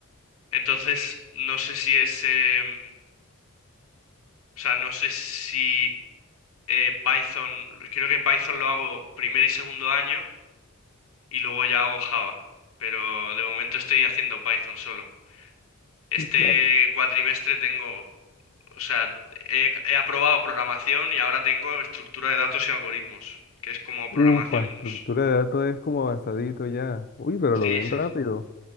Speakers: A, on the left; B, on the left.
A: Entonces, no sé si es, em, o sea, no sé si eh, Python, creo que Python lo hago primer y segundo año. y luego ya hago Java, pero de momento estoy haciendo Python solo. Este
B: Sí, claro.
A: cuatrimestre tengo, o sea, he, he aprobado programación y ahora tengo estructura de datos y algoritmos, que es como programación
B: Upa, estructura
A: dos
B: de datos es como avanzadito ya. Uy, pero
A: Sí,
B: lo ven
A: sí,
B: rápido.
A: sí.